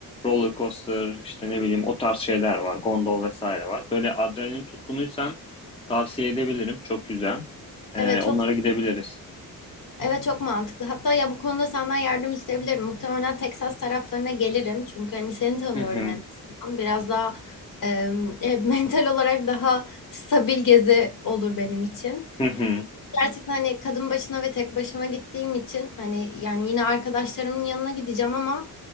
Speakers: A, on the left; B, on the left.
A: roller coaster, işte ne bileyim o tarz şeyler var. Gondol vesaire var. Böyle adrenalin tutkunuysan tavsiye edebilirim. Çok güzel. E,
B: evet çok
A: onlara gidebiliriz.
B: Evet çok mantıklı. Hatta ya bu konuda senden yardım isteyebilirim. Muhtemelen Texas taraflarına gelirim. Çünkü hani seni tanıyorum
A: Hı hı.
B: en azından. Biraz daha em, e, <laughs> mental olarak daha stabil gezi olur benim için.
A: Hı hı.
B: Gerçekten hani kadın başına ve tek başıma gittiğim için hani yani yine arkadaşlarımın yanına gideceğim ama